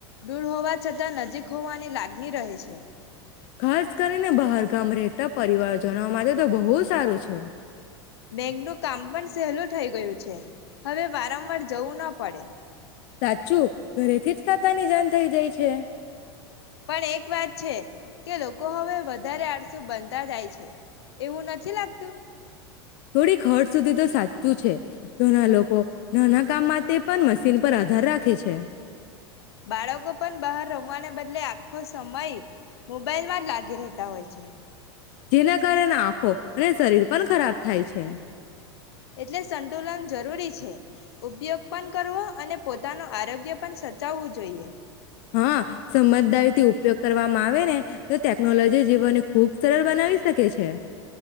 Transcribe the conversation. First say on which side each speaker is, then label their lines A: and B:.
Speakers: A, on the left; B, on the left.
A: દૂર હોવા છતાં નજીક હોવાની લાગણી રહે છે.
B: ખાસ કરીને બહાર ગામ રહેતા પરિવારજનો માટે. તો બહુ સારું છે.
A: બેંકનું કામ પણ સહેલું થઈ ગયું છે હવે વારંવાર જવું ના પડે.
B: સાચું ઘરેથી જ કાતા ની જાન થઈ જાય છે. છે.
A: પણ એક વાત છે કે લોકો હવે વધારે આરસુ બનતા જાય છે એવું નથી લાગતું.
B: થોડી હર્ટ સુધી તો સાચી. શું છે ઘણા લોકો. નાના કામમાં તે. પણ મશીન પર આધાર રાખે છે.
A: બાળકો પણ બહાર રમવાને બદલે આખો સમય મોબાઈલમાં જ લાગી રહેતા હોય છે.
B: જેના કારણે આંખો અને શરીર પણ ખરાબ થાય છે. હ <unintelligible>
A: એટલે સંતુલન જરૂરી છે ઉપયોગ પણ કરવો અને પોતાનું આરોગ્ય પણ સચાવવું જોઈએ.
B: હા સમજદારી થી ઉપયોગ કરવામાં આવે ને. તો ટેકનોલોજી જીવન. ખુબ સરળ બનાવી શકે છે.